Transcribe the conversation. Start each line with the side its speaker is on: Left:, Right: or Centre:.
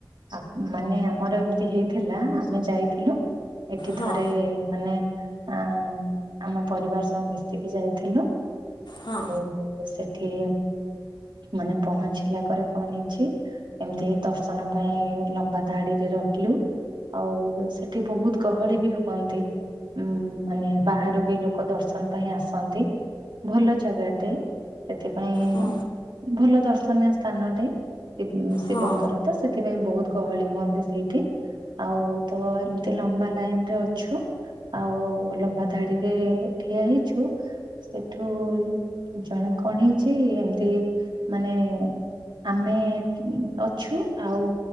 Right: ଆ ମାନେ ଆମର ଏମିତି ହେଇଥିଲା ଆମେ ଯାଇଥିଲୁ। ଏଠି ଥରେ
Left: ହଁ
Right: ମାନେ ଆ ଆମ ପରିବାର ସବୁ ମିଶିକି ଯାଇଥିଲୁ।
Left: ହଁ।
Right: ଓ ସେଠି ମାନେ ପହଞ୍ଚିଲା ପରେ କଣ ହେଇ ଚି ଏମିତି ଦର୍ଶନ ପାଇଁ ଲମ୍ବା ଧାଡିରେ ରକିଲି। ଆଉ ସେଠି ବହୁତ ଗହଳି ବି ହୁଅନ୍ତି। ଉଁ ମାନେ ବାହାରୁ ବି ଲୋକ ଦର୍ଶନ ପାଇଁ ଆସନ୍ତି। ଭଲ ଜାଗାଟେ ସେଥିପାଇଁ
Left: ହଁ।
Right: ଭଲ ଦର୍ଶନୀୟ ସ୍ଥାନଟେ ଶିବଙ୍କର।
Left: ହଁ
Right: ତ ସେଥିପାଇଁ ବୋହୁତ ଗହଳି ହୁଅନ୍ତି ସେଇଠି। ଆଉ ତ ଏମତି ଲମ୍ବା ଲାଇନ ରେ ଅଛୁ। ଆଉ ଲମ୍ବା ଧାଡିରେ ଠିଆ ହେଇଛୁ। ଏଠୁ ଜଣେ କଣ ହେଇଛି ଏମତି ମାନେ ଆମେ ଅଛୁ ଆଉ